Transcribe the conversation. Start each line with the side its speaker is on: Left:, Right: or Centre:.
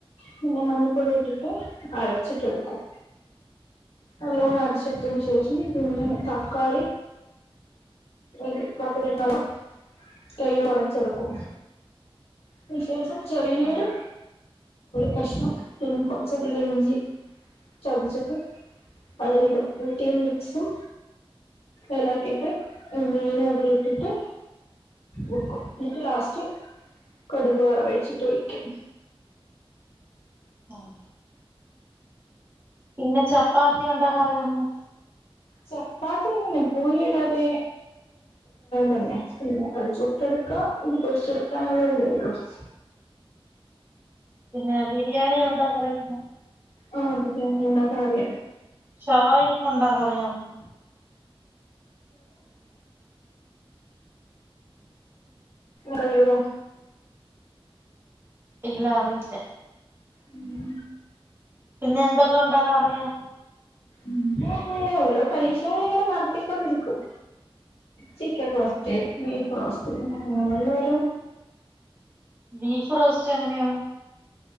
Left: പിെ മഞ്ഞിപ്പൊടി ഇട്ടിട്ട് അരച്ചിട്ടെടുക്കും ആലോണ
Right: ആഹ്
Left: ആറി ശറ്റനി ശച്ച തക്കാളി ത് പധങ്ങളും കഴ ഉടച്ചെടുക്കും വിശേഷേഷം ചെറിയീട്
Right: ആഹ്
Left: കഷ്ണം പി കൊച്ചറ ഇഞ്ചി ചതച്ചിട്ട് അതിലിടും വട്ട മിക്സും ഇലക്കി ഇട്ട് മീനും അതില ഇട്ടിട്ട് വക്കും എന്നിട്ട് ലാസ്റ്റ് കടുക് വറവഴിച്ചിട്ട് ഒഴിക്കാം
Right: ആഹ പിന്നെ ചപ്പാത്തി ഉണ്ടാക്ക അറിയന്ന്
Left: ചപ്പാത്തി തന്നെ പൂരി ഇടാതെ തന്നെയെ പിന്നെു എടുക്ക ഇത് പോിച്ചക്കുള്ള ഉ
Right: പിന്നെ ബിരിയാണി ഉണ്ടോന്ന് അറിയ്പോ
Left: ആഹ അതൊക്കെ ഞ ഉണ്ടാക്കാൻ അറിയാം
Right: ശവായി ഒക്കെ ഉണ്ടാ അറിയാമോ
Left: ക്കവോ
Right: ഇല്ല അല്ല
Left: ഉം
Right: പിന്നെ എന്തൊക്കെ ഉണ്ടാക്കാ അറിയാം
Left: ങ്ങ ഓരോ പരീക്ഷകൾ ഇങ്ങനെ നടത്തിക്കൊണ്ടിരിക്കും ചിക്കൻ പ്പോ
Right: ഉം
Left: വസ് അങ്ങന ഒന്ന വര
Right: ബീഫ് റോസ്റ്റ് എങ്ങനെയാണ്